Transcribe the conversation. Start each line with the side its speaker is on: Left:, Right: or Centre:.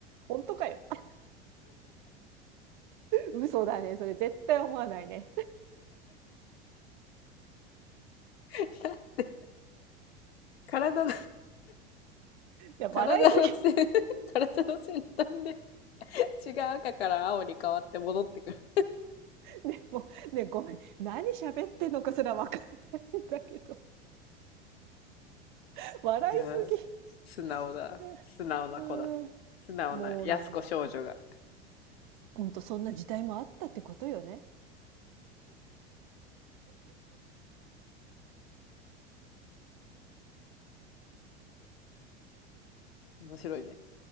Right: 本当かよ。<laughs> 嘘だね。それ絶対思わないね。
Left: <laughs> 体の、
Right: いや、
Left: 体の先、
Right: 笑いすぎ。
Left: <laughs> 体の先端で血が赤から青に変わって戻ってくる。
Right: <laughs> ね、もう、ね、ごめん。何喋ってんのかすらわかんないんだけど。<laughs> 笑いす
Left: いやー、素直だ。
Right: ぎ。<laughs>
Left: 素直な子だった。
Right: うん
Left: 素直な安子少女が。
Right: もうね、ほんとそんな時代もあったってことよね。
Left: 面白いね。